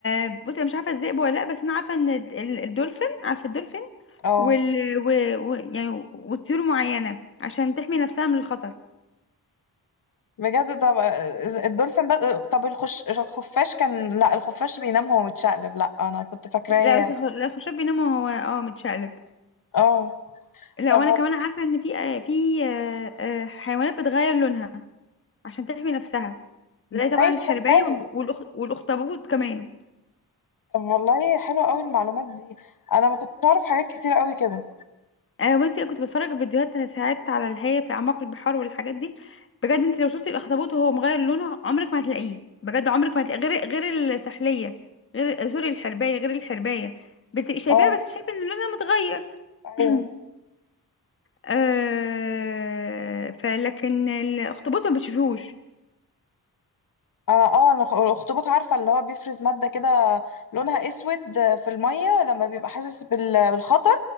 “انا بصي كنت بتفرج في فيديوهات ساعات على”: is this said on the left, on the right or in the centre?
Left